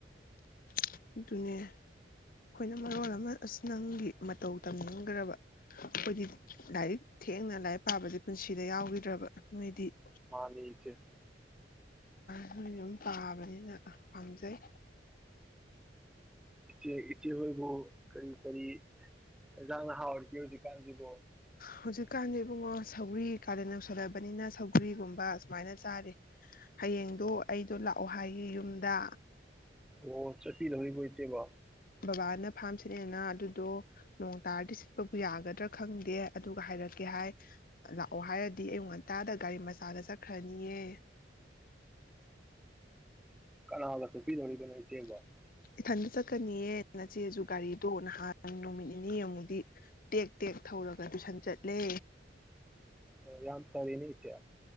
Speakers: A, on the left (about 50°); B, in the centre.
A: ꯑꯗꯨꯅꯦ
B: ꯃꯥꯅꯤ ꯏꯆꯦ꯫
A: ꯃꯣꯏ ꯑꯗꯨꯝ ꯇꯥꯕꯅꯤꯅ ꯄꯥꯝꯖꯩ
B: ꯏꯆꯦ ꯏꯆꯦ ꯍꯣꯏꯕꯨ ꯀꯔꯤ ꯀꯔꯤ ꯍꯖꯥꯡꯅꯍꯥꯎꯔꯒꯦ ꯍꯧꯖꯤꯛꯀꯥꯟꯁꯤꯕꯨ꯫
A: ꯍꯧꯖꯤꯛꯀꯥꯟꯗꯤ ꯏꯕꯨꯡꯉꯣ ꯁꯧꯒ꯭ꯔꯤ ꯀꯥꯗ ꯅꯧꯁꯜꯂꯕꯅꯤꯅ ꯁꯧꯒꯔꯤꯒꯨꯝꯕ ꯁꯨꯃꯥꯏꯅ ꯆꯥꯔꯤ ꯍꯌꯦꯡꯗꯣ ꯑꯩꯗꯣ ꯂꯥꯛꯑꯣ ꯍꯥꯏꯌꯦ ꯌꯨꯝꯗꯥ꯫
B: ꯑꯣ ꯆꯠꯄꯤꯂꯗꯕꫭ ꯏꯆꯦꯕꯥ꯫
A: ꯕꯕꯥꯅ ꯐꯥꯝ ꯁꯤꯠꯂꯦꯅ ꯑꯗꯨꯗꯣ ꯅꯣꯡ ꯇꯥꯔꯗꯤ ꯁꯤꯠꯄꯕꯨ ꯌꯥꯒꯗ꯭ꯔꯥ ꯈꯪꯗꯦ ꯑꯗꯨꯒ ꯍꯥꯏꯔꯛꯀꯦ ꯍꯥꯏ ꯂꯥꯛꯑꯣ ꯍꯥꯏꯔꯗꯤ ꯑꯌꯨꯛ ꯉꯟꯇꯥꯗ ꯒꯥꯔꯤ ꯃꯆꯥꯗ ꯆꯠꯈ꯭ꯔꯅꯤꯌꯦ꯫
B: ꯀꯅꯥꯒ ꯆꯠꯄꯤꯒꯗꯧꯔꯤꯕꯅꫭ ꯏꯆꯦꯕꫭ꯫
A: ꯏꯊꯟꯇ ꯆꯠꯀꯅꯤꯌꯦ ꯅꯆꯦꯁꯨ ꯒꯥꯔꯤꯗꯣ ꯅꯍꯥꯟ ꯅꯨꯃꯤꯠ ꯅꯤꯅꯤ ꯑꯃꯨꯛꯗꯤ ꯇꯦꯛ-ꯇꯦꯛ ꯊꯧꯔꯒ ꯇꯨꯁꯟ ꯆꯠꯂꯦ꯫
B: ꯑꯣ ꯌꯥꯝ ꯐꯔꯤꯅꯦ ꯏꯆꯦ꯫